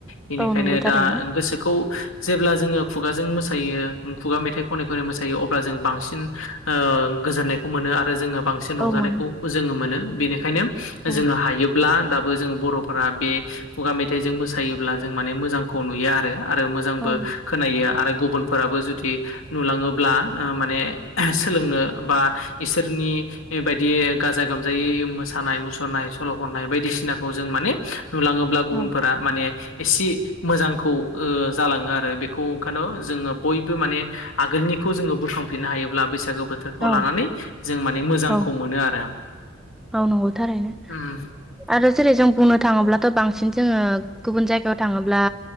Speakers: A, on the left; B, in the centre.
A: बेनिखायनो
B: औ नंगौ थारैनो
A: दा गोसोखौ जेब्ला जोङो खुगाजों मोसायो खुगा मेथाइखौ खनै खनै मोसायो अब्ला जों बांसिन गोजोन्नायखौ मोनो आरो जोङो बांसिन रंजानायखौ
B: औ मोनो
A: जोङो मोनो बेनिखायनो
B: औ
A: जोङो हायोब्ला दा जो बर'फोरा बे खुगा मेथाइजों मोसायोब्ला जों माने मोजांखौ नुयो आरो आरो मोजांबो
B: औ
A: खोनायो आरो गुबुनफोराबो जुदि नुलाङोब्ला माने सोलोंनो बा इसोरनि बायदि बिदि गाजा गोमजायै मोसानाय मुसुरनाय सल' खननाय बायदिसिनाखौ जों माने नुलाङोब्ला गुबुनफोरा
B: औ
A: माने एसे मोजांखौ जालाङो आरो बेखौ ओंखायनो जोङो बयबो माने आगोलनिखौ जोङो बोखांफिननो हायोब्ला बैसागो बोथोर खौ
B: औ
A: लानानै जों माने मोजांखौ
B: औ
A: मोनो आरो
B: औ नंगौ थारैनो।
A: उम
B: आरो जेरै जों बुंनो थाङोब्लाथ' बांसिन जोङो गुबुन जायगायाव थाङोब्ला